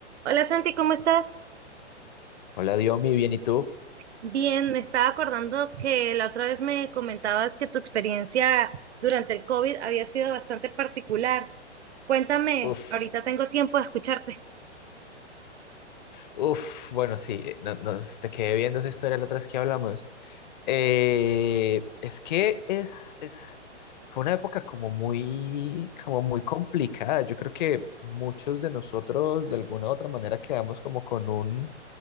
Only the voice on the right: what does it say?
Hola Santi, ¿cómo estás?
Bien, me estaba acordando que la otra vez me comentabas que tu experiencia durante el COVID había sido bastante particular. Cuéntame,
ahorita tengo tiempo de escucharte. <laughs>